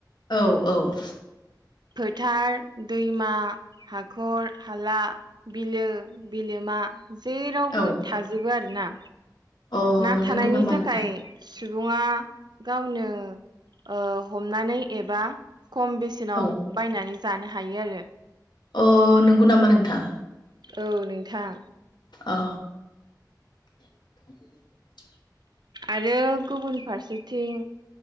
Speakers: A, on the left (about 75°); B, on the right (about 70°).
A: औ औ
B: फोथार दैमा हाखर हाला बिलो बिलोमा जेरावबो
A: औ
B: थाजोबो आरोना
A: अ
B: ना थानायनि
A: नंगौ नामा
B: थाखाय
A: नोंथां
B: सुबुङा गावनो ओ हमनानै एबा खम बेसेनाव
A: औ
B: बायनानै जानो हायो आरो।
A: अ नंगौ नामा नोंथां?
B: औ नोंथां
A: अ थ <unintelligible>
B: आरो गुबुन फारसेथिं